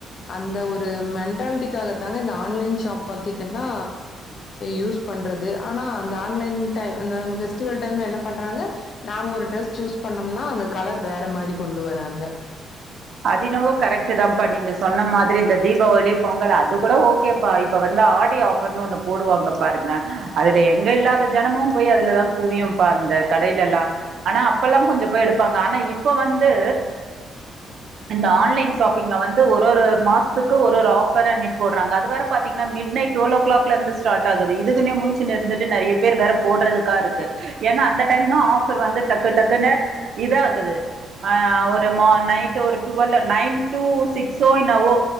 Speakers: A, on the left (about 55°); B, on the right (about 65°).
A: அந்த ஒரு மென்டாலிட்டிக்காகத்தாங்க இந்த ஆன்லைன் ஷாப் பாத்தீங்கன்னா யூஸ் பண்றது ஆனா அந்த ஆன்லைன் டைம்ல பெஸ்டிவல் டைம்ல என்ன பண்றாங்க நாம ஒரு டிரெஸ் சூஸ் பண்ணோம்னா அந்த கலர் வேற மாதிரி கொண்டு வராங்க
B: அதயென்னவோ கரெக்ட் தான்ப்பா நீங்க சொன்ன மாதிரி இந்த தீபாவளி பொங்கல் அது கூட ஓகேப்பா இப்ப வந்து ஆடி ஆஃபர் ஒண்ணு போடுவாங்க பாருங்க அதுல எங்க இல்லாத ஜனமும் போய் அதுல தான் குவியும் பாருங்க இந்த கடையிலலாம் ஆனா அப்பெல்லாம் கொஞ்சம் போய் எடுப்பாங்க ஆனா இப்ப வந்து இந்த ஆன்லைன் ஷாப்பிங்ல வந்து ஒரு ஒரு மாசத்துக்கு ஒரு ஒரு ஆஃபர் அண்ணிக்கு போறாங்க அதுவரை பாத்தீங்கன்னா மிட் நைடு டுவெல்ஓ கிளாக்ல இருந்து ஸ்டார்ட் ஆகுது இதுகுனே முழிச்சின்னு இருந்துட்டு நிறைய பேர் வேற போடுறதுக்காக இருக்கு என அந்த டைம் தான் ஆஃபர் வந்து டக்கு டக்குன்ன இதுஆகுது ஆ ஒரு நைட் ஒரு டுவல் நைன் டூ சிக்ஸ்சோ என்னவோ